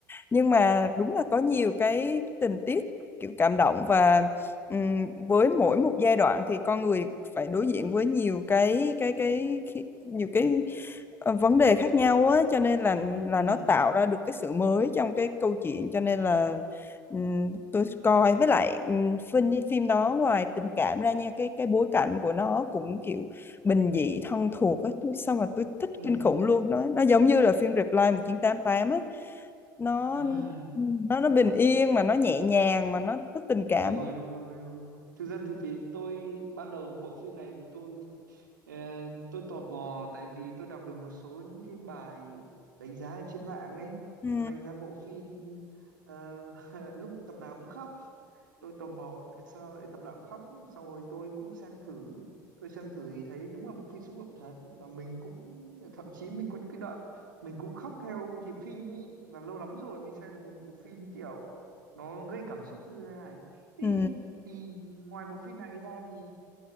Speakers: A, on the left; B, on the right.
A: Nhưng mà đúng là có nhiều cái tình tiết kiểu cảm động và ừm, với mỗi một giai đoạn thì con người phải đối diện với nhiều cái cái cái khi- nhiều cái ờ, vấn đề khác nhau á cho nên là là
B: ừ
A: nó tạo ra được cái sự mới trong cái câu chuyện cho nên là ừm, tôi coi với lại ừm, phim phim đó ngoài tình cảm ra nha cái cái bối cảnh của nó cũng kiểu bình dị thân thuộc á tôi xong mà tôi thích
B: ừ
A: kinh khủng luôn nó nó giống như là phim Reply 1988 á nó
B: à
A: Ừ. nó nó bình yên mà nó nhẹ nhàng mà nó nó tình cảm
B: đúng rồi đúng rồi đúng rồi thực ra thì vì tôi ban đầu bộ phim này thì tôi ờ, tôi tò mò tại vì tôi đọc được một số những cái bài đánh giá ở trên mạng ấy
A: ừ
B: đánh giá bộ phim ờ, <laughs> lúc tập nào cũng khóc tôi tò mò tại sao lại tập đạo khóc xong rồi tôi cũng xem thử tôi xem thử thì thấy đúng là bộ phim xúc động thật và mình cũng thậm chí mình có những cái đoạn mình cũng khóc theo nhịp phim ấy và lâu lắm rồi mới xem được một bộ phim kiểu nó gây cảm xúc như thế này thì
A: ừ
B: thì ngoài bộ phim này ra thì